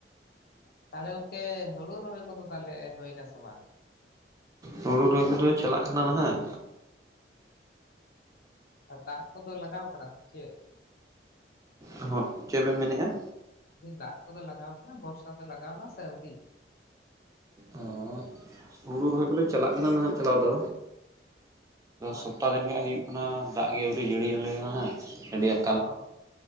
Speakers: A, on the left; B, on the right.
A: ᱛᱟᱦᱚᱞᱮ ᱜᱚᱝᱠᱮ ᱦᱩᱲᱩ ᱨᱚᱦᱚᱭ ᱠᱚ ᱫᱚ ᱛᱟᱦᱚᱞᱮ ᱦᱩᱭᱱᱟ ᱥᱮ ᱵᱟᱝ
B: ᱦᱩᱲᱩ ᱨᱚᱦᱚᱭ ᱠᱚᱫᱚ ᱪᱟᱞᱟᱜ ᱠᱟᱱᱟ ᱱᱟᱦᱟᱜ ᱟᱨ
A: ᱫᱟᱜ ᱠᱚᱫᱚ ᱞᱟᱜᱟᱣ ᱠᱟᱱᱟ ᱥᱮ ᱪᱮᱫ?
B: ᱦᱚᱸ ᱪᱮᱫ ᱵᱮᱱ ᱢᱮᱱᱮᱫᱼᱟ?
A: ᱫᱟᱜ ᱠᱚᱫᱚ ᱞᱟᱜᱟᱣ ᱠᱟᱱᱟ ᱵᱚᱨᱥᱟ ᱫᱚ ᱞᱟᱜᱟᱣ ᱮᱱᱟ ᱥᱮ ᱟᱣᱨᱤ?
B: ᱚᱸ ᱦᱩᱲᱩ ᱨᱚᱦᱚᱭ ᱠᱚᱫᱚ ᱪᱟᱞᱟᱜ ᱠᱟᱱᱟ ᱱᱟᱦᱟᱜ ᱪᱟᱞᱟᱣ ᱫᱚ
A: ᱦᱳᱭ
B: ᱥᱚᱯᱛᱟᱦ ᱨᱮ ᱦᱩᱭᱩᱜ ᱠᱟᱱᱟ ᱫᱟᱜ ᱜᱮ ᱟᱹᱣᱨᱤ ᱡᱟᱹᱲᱤᱟᱞᱮ ᱦᱮᱸ ᱱᱟᱜ ᱟᱹᱰᱤ ᱟᱸ
A: ᱚ